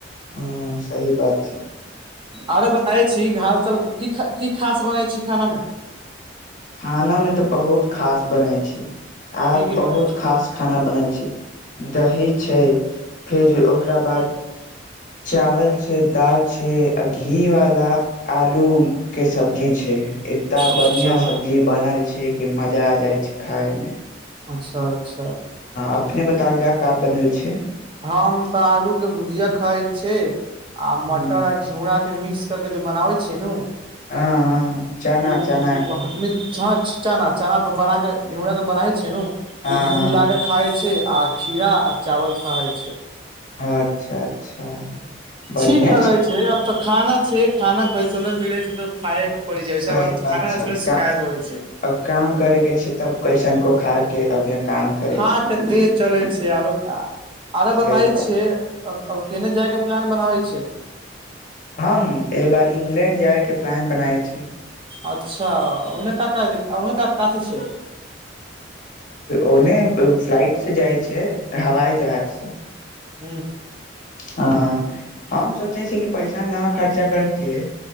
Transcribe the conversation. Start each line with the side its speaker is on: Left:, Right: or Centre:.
Left: हँ सही बात छै
Right: आरे बत <unintelligible> ख की खास बनै छी खाना मे
Left: खाना मे तऽ बहुत खास बनै छी आज
Right: की की
Left: बहुत
Right: बनै छै
Left: खास खाना बने छी दही छै फिर ओकरा बाद चावल छै दाल छै अ घी वाला आलू के सब्जी छै एकता
Right: अच्छा
Left: बढ़िया सब्जी बनल छै कि मजा आ जाय छै खाय मे
Right: अच्छ अच्छ
Left: अपने बताल जाय का बनल छै
Right: हम तऽ आलू के भुजिया खाई छे आ
Left: ह
Right: मटर घीड़ा के मिक्स करके जे बनाबै छियै न
Left: हाँ हाँ चना
Right: ओ
Left: चना
Right: हँ चना चना बनाके घीड़ा के बनाै छै न ओ
Left: हाँ
Right: दुनू मिलाक खाए छिए आ घीड़ा आ चावल खाइ छियै
Left: अच्छा अच्छा बढ़िआ
Right: ठीक लगे
Left: छै
Right: आब तऽ खाना छै खाना कैसन नहि मिले छै त खााय के जाइ
Left: सही
Right: छै आब
Left: बात
Right: खाना
Left: छै अब
Right: थोड़े शिखायत
Left: का
Right: होइ छय
Left: अब काम करे के छी तब कैसन को खा के अभ य काम करे
Right: हाँ
Left: छै
Right: के देह चले छै आरो आरो
Left: सही
Right: बताय
Left: बात
Right: छियै
Left: छै
Right: केने जाय के प्लान बनाबै छय
Left: हम एहि बार इंग्लैंड जाय के प्लान बनाय छय
Right: अच्छा अनेक कऽ अनेक क काति छै
Left: ओने फ्लाइट से जाइ छय हवाई जहाज से
Right: हूँ
Left: हँ हम सोचय छी कि पैसा ना खर्चा करके